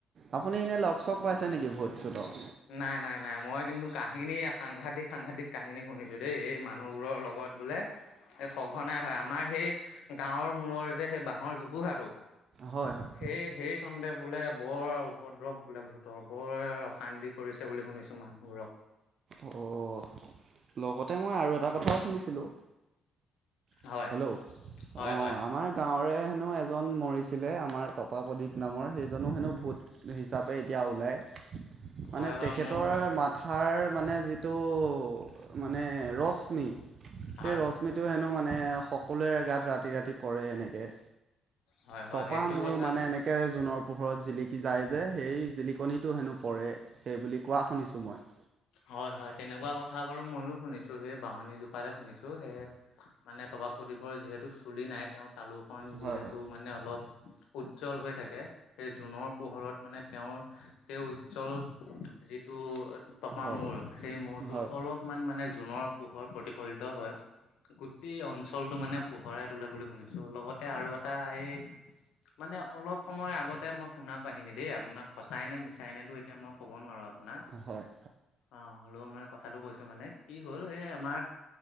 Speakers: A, on the right; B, on the left.
A: আপুনি এনে লগ চগ পাইছে নেকি ভূত চোতক
B: নাই নাই নাই মই কিন্তু কাহিনী সাংঘাতিক সাংঘাতিক কাহিনী শুনিছো দেই এই মানুহবোৰৰ লগত বোলে। এই সঘনাই হয়। আমাৰ সেই গাঁৱৰ মূৰৰ যে সেই বাঁহৰ জোপোহাটো
A: হয় হয়
B: সেই সেই কণতে বোলে বৰ উপদ্ৰৱ বোলে ভূতৰ বৰ অসান্তি কৰিছে। বুলি শুনিছো মানুহবোৰক
A: অ' লগতে মই আৰু এটা কথাও শুনিছিলোঁ। হেল্ল'
B: হয় হয়
A: অ'
B: হয়
A: আমাৰ গাঁৱৰে হেনো এজন মৰিছিলে আমাৰ টপা প্ৰদীপ নামৰ সেইজনো হেনো ভোট হিচাপে এতিয়া ওলায়। মানে
B: হয় হয়
A: তেখেতৰ
B: ময়ো শুনিছো
A: মাথাৰ মানে যিটো মানে ৰশ্মি
B: হয়
A: সেই ৰশ্মিটো হেনো মানে সকলোৰে গাত ৰাতি ৰাতি পৰে এনেকৈ।
B: হয় হয়
A: তপা
B: সেইটো
A: মূৰৰ
B: কথা
A: মানে এনেকে জোনৰ পোহৰ ঘৰত জিলিকি যায় যে সেই জিলিকনিটো হেনো পৰে, সেই বুলি কোৱা শুনিছোঁ মই।
B: হয়, হয়, তেনেকুৱা কথা বাৰু ময়ো শুনিছো সেই বাহনী জোপাৰে শুনিছো সেয়ে মানে টপা বা প্ৰদীপৰ যিহেতু চুলি নাই। তেওঁ তালোখন
A: হয়
B: যিহেতু
A: হয়
B: মানে অলপ। উজ্জ্বল হৈ থাকে সেই জুনৰ পোহৰত মানে তেওঁৰ সেই উজ্জ্বল যিটো টপা
A: হয়
B: মূৰ সেই মূৰটোত
A: হয়
B: অলপমান মানে জুনৰ পোহৰ প্ৰতিফলিত হয়। গোটেই অঞ্চলটো মানে পোহৰাই তোলে বুলি শুনিছো, লগতে আৰু এটা এই মানে অলপ সময়ৰ আগতে মই শুনা কাহিনী দেই আপোনাক সঁচাই নে মিছাই নেতো এতিয়া মই ক'ব নোৱাৰো আপোনাক।
A: হয় হয়
B: অ' হ'লেও মানে কথাটো কৈছো মানে কি হ'ল এই আমাৰ